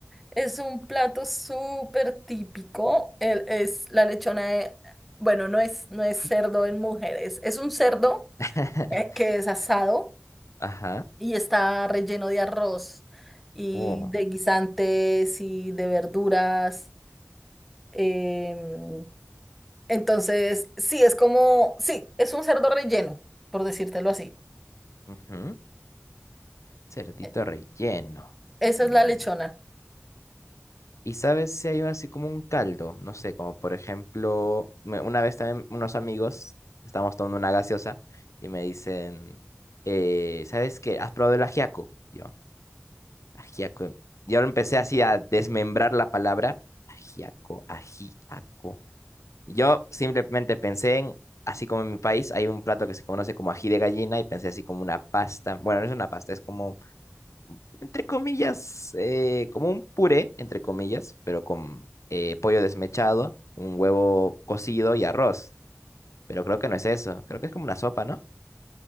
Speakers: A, in the centre; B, on the left.
A: Es un plato súper típico. el- es la lechona de, bueno, no es, no es cerdo en mujeres. Es un cerdo
B: <laughs>
A: eh, que es asado
B: Ajá.
A: y está relleno de arroz y
B: Oh.
A: de guisantes y de verduras. em, entonces, sí, es como, sí, es un cerdo relleno, por decírtelo así.
B: Ujú. Cerdito
A: E-
B: relleno.
A: Esa
B: Mm.
A: es la lechona.
B: ¿Y sabes si hay así como un caldo? No sé, como por ejemplo, me- una vez también unos amigos, estábamos tomando una gaseosa y me dicen, eh, ¿sabes qué? ¿Has probado el ajiaco? Y Yo, ajiaco. Yo lo empecé así a desmembrar la palabra, ajiaco, ajiaco. Yo simplemente pensé en, así como en mi país, hay un plato que se conoce como ají de gallina y pensé así como una pasta. Bueno, no es una pasta, es como entre comillas, eh, como un puré, entre comillas, pero con eh, pollo desmechado, un huevo cocido y arroz. Pero creo que no es eso, creo que es como una sopa, ¿no?